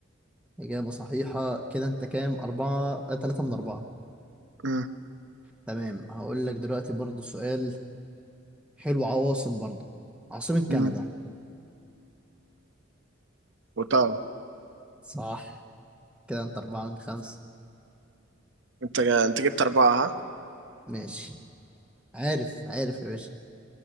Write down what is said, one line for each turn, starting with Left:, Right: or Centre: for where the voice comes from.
Centre: إجابة صحيحة كده انت كام أربعة آه، تلاتة من أربعة
Right: أمم،
Centre: تمام هقول لك دلوقتي برضو سؤال حلو عواصم برضه عاصمة كندا
Right: أمم. وطبعا
Centre: صح كده انت أربعة من خمسة
Right: أنت أنت جبت أربعة ها؟
Centre: ماشي عارف عارف يا باشا